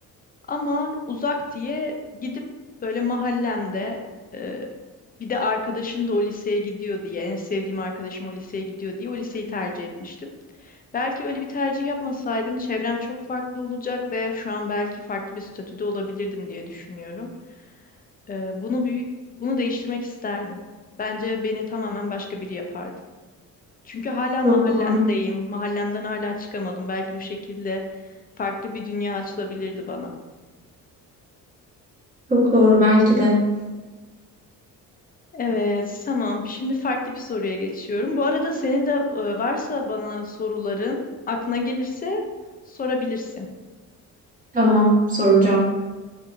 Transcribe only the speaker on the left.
Ama uzak diye gidip böyle mahallemde e, bir de arkadaşım da o liseye gidiyor diye en sevdiğim arkadaşım o liseye gidiyor diye o liseyi tercih etmiştim. Belki öyle bir tercih yapmasaydım çevrem çok farklı olacak ve şu an belki farklı bir statüde olabilirdim diye düşünüyorum. E, bunu büyük, bunu değiştirmek isterdim. Bence beni tamamen başka biri yapardı. Çünkü hala
mahallemdeyim.
Mahallemden hala çıkamadım. Belki bu şekilde farklı bir dünya açılabilirdi bana.
Evet, tamam. Şimdi farklı bir soruya geçiyorum. Bu arada senin de e, varsa bana soruların aklına gelirse sorabilirsin.